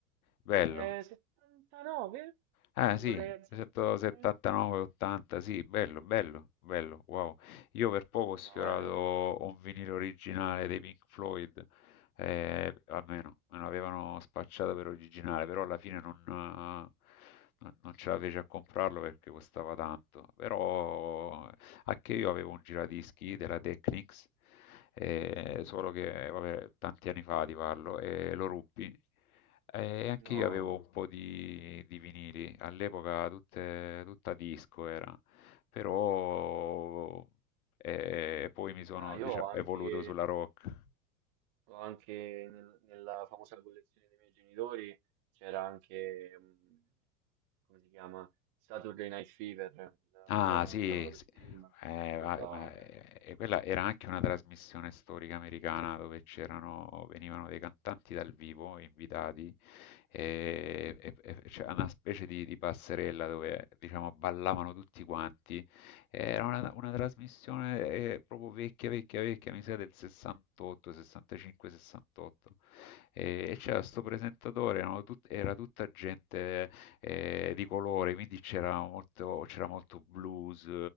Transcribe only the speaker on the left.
Bello.
Ah
sì,
179, 80, sì, bello, bello, bello, wow. Io per poco ho sfiorato
un vinile originale dei Pink Floyd, eh, almeno me lo avevano spacciato per originale, però alla fine non, eh, non- non ce la feci a comprarlo perché costava tanto. Però anche io avevo un giradischi della Technics, eh, solo che vabbè, tanti anni fa ti parlo, e lo ruppi. E anche
io avevo un po' di, di vinili, all'epoca tutte- tutta disco era, però eh, poi mi sono,
diciamo,
evoluto sulla rock.
Ah
sì,
sì.
Eh,
va- ma,
eh, quella era anche una trasmissione storica americana dove c'erano, venivano dei cantanti dal vivo invitati e, e- e c'era una specie di, di passerella dove diciamo ballavano tutti quanti. Era una, una trasmissione eh, proprio vecchia, vecchia, vecchia, mi sa del 68, 65, 68. E, e c'era questo presentatore, erano tut- era tutta gente eh, di colore, quindi c'era molto, c'era molto blues,